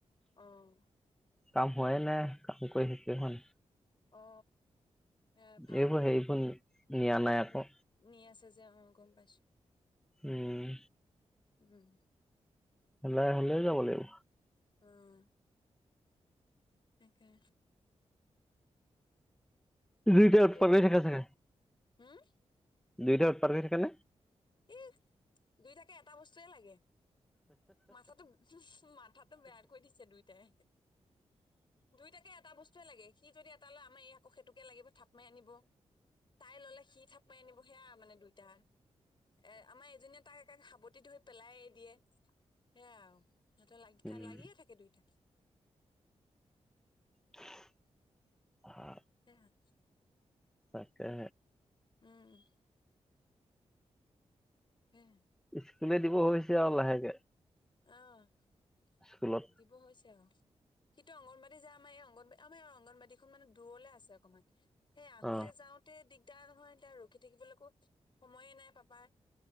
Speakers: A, on the left; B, in the centre.
A: অহ।
B: কাম হয়ে নে কাম কৰি শেষকে হয় নাই।
A: অ এ ফাম।
B: এইবোৰ হেৰিবোৰ নিয়া নাই আকৌ
A: উম ন আছা যে অ গম পাইছো।
B: উম।
A: উম।
B: হাই হলে যাব লাগিব।
A: উম। তাকে।
B: দুইট
A: এইবাৰ
B: প থাক চাগ।
A: হম
B: দুইটা উৎপাত হৈ থাকে নে?
A: এ দুইটাকে এটা বস্তুৱয়ে লাগে মাথাটো মাথাটো বেয় কৈ দিছে দুইটাই। দুইটাকে এটা বসুৱ লাগে য এ লয় আমাৰ এই আকৌ সেইটোকে লাগিব থাক। মা নিব। তাই ল'লে। সি থাপ মাই আনিব সেয়া মানে দুই। দা। এ আমাৰ এজনীয়ে তাই। দুই তাকে খাব। গুটি টো পেলাই দিয়ে। সে। সিহঁতে লাগি-
B: উম
A: লাগিয়ে থাকে দুইটা।
B: <unintelligible>
A: <inaudible>
B: তাকে।
A: উম, ' সেয়া
B: স্কুলে দিব ভাবিছে আৰু লাহেকে।
A: অহ ',
B: স্কুলত
A: দিব হৈছে আৰু। সিটো অংগনবাদী যায় আম এই অংগ, ' আমাৰ অংগবাদী, এইখন মানে দূৰলে আছে অকমান। সেই আহোতে
B: অ
A: যাওঁতে দিগ, এতিয়া নহয়, এতিয়া ৰখি থাকিবলৈকো সময়ে নাই পাপাৰ।